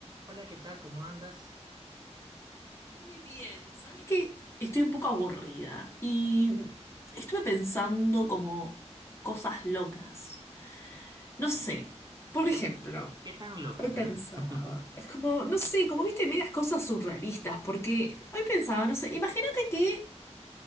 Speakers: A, on the right (about 35°); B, on the left (about 20°).
A: Hola, ¿qué tal? ¿Cómo andas?
B: Muy bien, ¿sabes qué? Estoy un poco aburrida y estuve pensando como cosas locas. No sé, por ejemplo,
A: ¿Qué tan locas?
B: hoy pensaba,
A: A ver. <laughs>
B: es como, no sé, como viste, medias cosas surrealistas, porque hoy pensaba, no sé, imagínate que